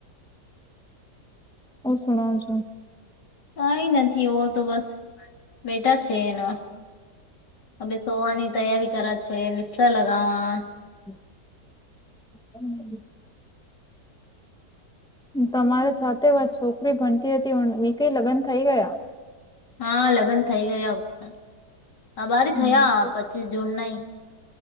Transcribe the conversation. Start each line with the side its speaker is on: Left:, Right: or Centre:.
Centre: હ શણા છો
Left: કઈ નથી ઓર તો બસ બેટા છે એના હવે સોવાની તૈયારી કરા છે બિસ્લા લગાવા
Centre: <inaudible> તમારી સાથે વા છોકરી ભણતી હતી હ વી કઈ લગ્ન થઈ ગયા
Left: હા લગ્ન થઈ ગયા અ બરે
Centre: હમ
Left: થયા
Centre: તો
Left: પચીસ જૂન ના